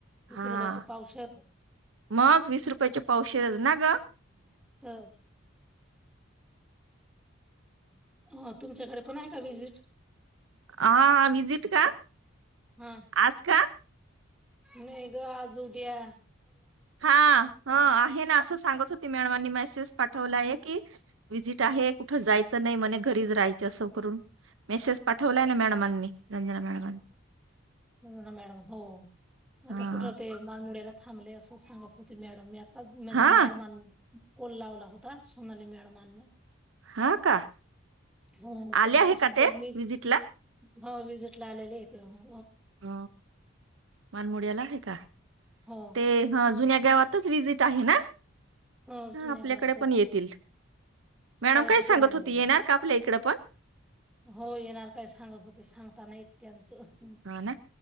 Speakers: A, in the centre; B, on the right (about 70°).
A: वीस
B: हा
A: रुपयाच्या पावशात
B: मग वीस रुपयाच्या पावशरज ना ग
A: हो अ तुमच्याकडे पण आहे का व्हजिट
B: हा अभजिित का
A: हा
B: आज का
A: नाही ग आज उ द्या
B: हा ह आहे ना असं सांगत होती मॅडमांनी मेसेज पाठवला एक की विजिट आहे कुठं जायचं नाही म्हणे घरीच राहायच अस मेसेज पाठवले कल्याण मॅडमनी रंजना मॅडमनी
A: ना मॅडम हो आता
B: हा
A: कुठ ते मान मुडीला थांबले असं सांगत होते मॅडम मी म्हज
B: हा
A: मेळ मान कोल लावला होता सोनाली मॅळमांना
B: हा का
A: हो
B: आले
A: त्यांच्याशी
B: आहे का
A: बोलली
B: ते विजिटला
A: हो वि्हजिट ला आलेले येतेून
B: ह मानमोड्याला आहे का
A: हो
B: ते ह जुन्या गावातच वजिट आहे ना
A: हो
B: हा,
A: जुन्या
B: आपल्याकडे
A: गावातच
B: पण येतील मॅडम
A: सांगत
B: काय
A: होते ना बेंगलूर
B: होती येणार का आपल्या इकडे पण
A: हो येणार काय सांगत होते सांगता नाही त्यांचं ह
B: हा ना